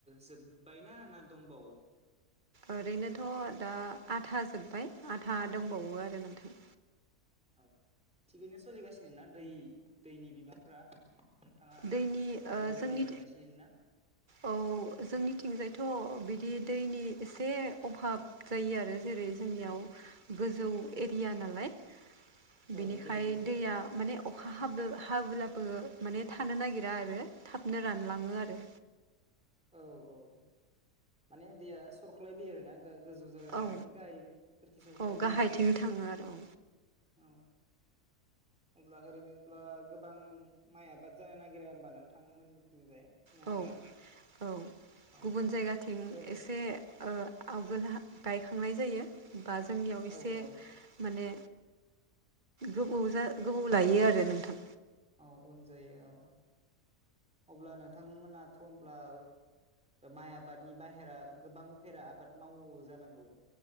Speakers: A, in the centre; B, on the right.
A: जोब्बायना ना दंबावो
B: ओरैनोथ' दा आथा जोब्बाय आथा दंबावो आरो नोंथां
A: औ थिगैनो सोलिगासिनो ना दै दैनि बिबांफ्रा नोंथाङा
B: दैनि ओ
A: नांगौ
B: जोंनि
A: बादि मोनगासिनो ना
B: औ जोंनिथिंजायथ' बिदि दैनि एसे अभाब जायो आरो जेरै जोंनियाव गोजौ एरिया नालाय
A: औ
B: बेनिखाय
A: गोजौ जायगा
B: दैया माने अखा हाब हाब्लाबो माने थानो नागिरा आरो थाबनो रानलाङो आरो
A: औ औ माने दैया सरख्लायबोयो आरो ना गोजौ जागाखाय
B: औ
A: माने गाहायफोरखि सरख्लायबोयो
B: औ गाहायथिं
A: आरो
B: थाङो आरो
A: औ अब्ला ओरैनोब्ला गोबां माइ आबाद जानो नागिरा होमबा नोंथांमोननिथिंजाय नङा
B: औ
A: होमबा
B: औ
A: औ
B: गुबुन जायगाथिं
A: ओरै
B: एसे आवगोल गायखांनाय जायो बा जोंनियाव
A: औ
B: एसे
A: औ
B: माने गोबौ जा गोबौ लायो आरो नोंथां
A: औ उन जायो औ अब्ला नोंथांमोनाथ' होमब्ला माइ आबादनि बाहेरा गोबां उफेरा आबाद मावो जानांगौ